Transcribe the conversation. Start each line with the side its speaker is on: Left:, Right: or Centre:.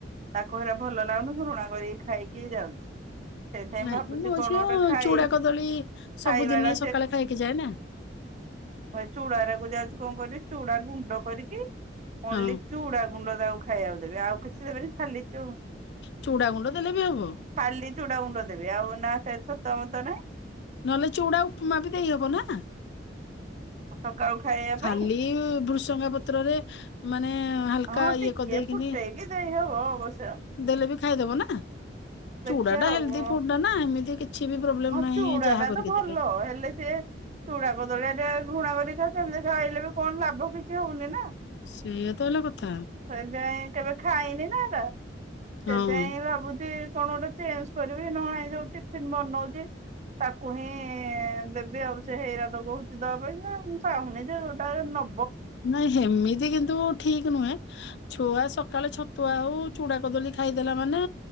Right: ତାକୁ ହେରା ଭଲ ଲାଗୁନି ଘୃଣା କରିକି ଖାଇକି ଯାଉଛି। ସେଇଥିପାଇଁ
Left: ନାଇଁ
Right: ଭାବୁଛି
Left: ମୋ
Right: କଣ
Left: ଝିଅ
Right: ଗୋଟେ ଖାଇ
Left: ଚୁଡା କଦଳୀ ସବୁଦିନ
Right: ଖାଇବା ଟା
Left: ସକାଳେ ଖାଇକି ଯାଏ ନା
Right: ଚୁଡାଉରାକୁ ଯାଉଛି କଣ କରିବି ଚୁଡା ଗୁଣ୍ଡ କରିକି ଓନ୍ଲି
Left: ହଁ
Right: ଚୁଡା ଗୁଣ୍ଡ ତାକୁ ଖାଇବାକୁ ଦେବି ଆଉ କିଛି ଦେବେନି ଖାଲି ଚୁ
Left: ଚୁଡା ଗୁଣ୍ଡ ଦେଲେ ବି ହବ
Right: ଖାଲି ଚୁଡା ଗୁଣ୍ଡ ଦେବି ଆଉ ନା ତମ ତ ନାଇଁ
Left: ନହେଲେ ଚୁଡା ଉପମା ବି ଦେଇହବ ନା
Right: <unintelligible>
Left: ଖାଲି
Right: ପାଇଁ
Left: ଭୃସଙ୍ଗା ପତ୍ରରେ ମାନେ ହାଲକା
Right: ହଁ
Left: ଇଏ
Right: ଟିକେ
Left: କରିଦେଇକିନି
Right: ଫୁଟେଇ କି ଦେଇ ହବ ଅବଶ୍ୟ
Left: ଦେଲେ ବି ଖାଇଦବ ନା ଚୁଡାଟା
Right: ଦେଖିବା ଆଉ
Left: ହେଲଦି ଫୁଡ ଟା ନା ଏମିତି କିଛି ବି ପ୍ରୋବ୍ଲେମ
Right: ହଁ
Left: ନାହିଁ
Right: ଚୁଡା
Left: ଯାହା
Right: ଟା
Left: କରିକି
Right: ତ ଭଲ
Left: ଦେଲେ
Right: ହେଲେ ସେ ଚୁଡା କଦଳିଆ ଟେ ଘୃଣା କରିଥା ସେମିତିଇଲେ ବି କଣ ଲାଭ କିଛି ହଉନି ନା।
Left: ସେଇଆ ତ ହେଲା କଥା
Right: ସେ ଯାଇ କେବେ ଖାଇନି ନା ହେଟା
Left: ହଁ।
Right: ସେଥିଇଁ ଭାବୁଛି। କଣ ଗୋଟେ ଚେଞ୍ଜ କରିବି ନହ ଏଇ ଯୋଉ ଟିଫିନ୍ ବନଉ ତାକୁ ହିଁ ଦେବି ଆଉ ସେ ହେଇରାତ କହୁଛି ଦବା ପାଇଁ ନା ମୁଁ ଚାହୁଁନି ଯୋଉଟା ନ
Left: ନାଇ ହେମିତି କିନ୍ତୁ ଠିକ ନୁହଁ ଛୁଆ ସକାଳେ ଛତୁଆ ହଉ ଚୁଡା କଦଳୀ ଖାଇଦେଲା ମାନେ